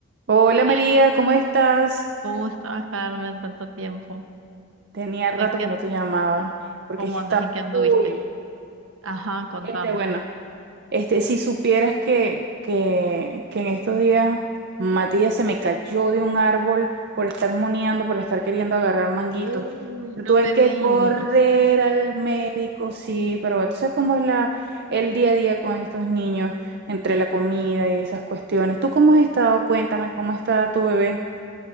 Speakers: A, on the right; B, on the right.
A: Hola
B: Sí,
A: María, ¿cómo estás?
B: ¿cómo estás, Carmen, tanto tiempo?
A: Tenía rato
B: ¿En qué,
A: que no te llamaba, porque
B: cómo
A: es que
B: andas?
A: estaba
B: ¿En qué anduviste?
A: full.
B: Ajá, contame.
A: Este, bueno, este, si supieras que, que, que en estos días Matías se me cayó de un árbol por estar moneando, por estar queriendo agarrar manguitos.
B: Uy, no
A: Tuve
B: me
A: que
B: digas.
A: correr al médico, sí, pero bueno, tú sabes cómo es la, el día a día con estos niños, entre la comida y esas cuestiones. ¿Tú cómo has estado? Cuéntame, ¿cómo está tu bebé?